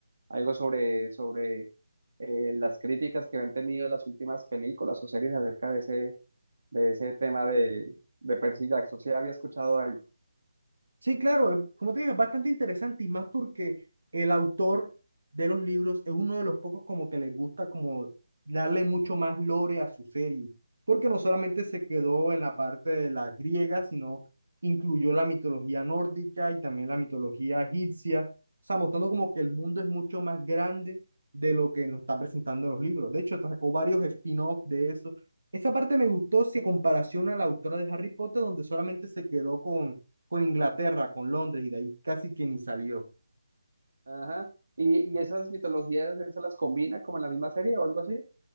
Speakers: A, on the right; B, on the right.
A: algo sobre, sobre eh, las críticas que han tenido las últimas películas o series acerca de ese, de ese tema de, de Percy Jackson. Sí, había escuchado algo.
B: Sí, claro, eh, como te digo, es bastante interesante y más porque el autor de los libros es uno de los pocos como que les gusta como darle mucho más lore a su serie, porque no solamente se quedó en la parte de la griega, sino incluyó la mitología nórdica y también la mitología egipcia, o sea, mostrando como que el mundo es mucho más grande de lo que nos está presentando en los libros. De hecho, sacó varios
A: Sí.
B: spin-offs de eso. Esa parte me gustó si en comparación a la autora de Harry Potter, donde solamente se quedó con con Inglaterra, con Londres, y de ahí casi que ni salió.
A: Ajá. ¿Y, y esas mitologías, eso las combina como en la misma serie o algo así?